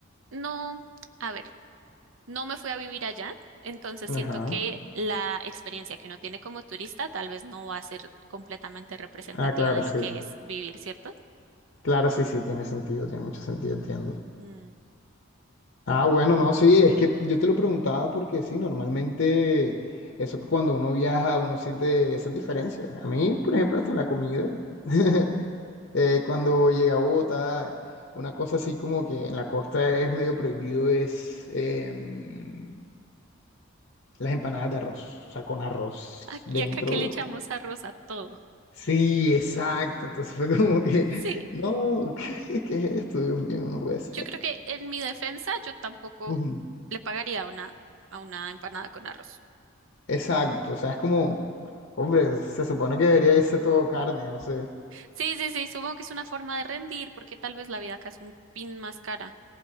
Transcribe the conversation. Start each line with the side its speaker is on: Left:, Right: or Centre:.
Right: no, a ver, no me fui a vivir allá, entonces
Left: Ajá.
Right: siento que la experiencia que uno tiene como turista tal vez no va a ser completamente representativa
Left: Ah, claro,
Right: de
Left: sí.
Right: lo que es vivir, ¿cierto?
Left: Claro, sí, sí, tiene sentido, tiene mucho sentido, entiendo.
Right: Ujú.
Left: Ah, bueno, no, sí, es que yo te lo preguntaba porque sí, normalmente eso que cuando uno viaja uno siente esas diferencias. A mí, por ejemplo, hasta en la comida, <laughs> eh, cuando llega a Bogotá, una cosa así como que en la costa es medio prohibido es em, las empanadas de arroz, o sea, con arroz
Right: Aquí
Left: dentro.
Right: acá que le echamos arroz a todo.
Left: Sí, exacto. Entonces fue como que,
Right: Sí.
Left: no, <laughs> ¿qué, qué es esto? Dios mío, no puede ser.
Right: Yo creo que en mi defensa yo tampoco
Left: Ujú.
Right: le pagaría a una, a una empanada con arroz.
Left: Exacto, o sea, es como, hombre, se supone que debería irse todo carne, no sé.
Right: Sí, sí, sí, supongo que es una forma de rendir porque tal vez la vida acá es un pin más cara,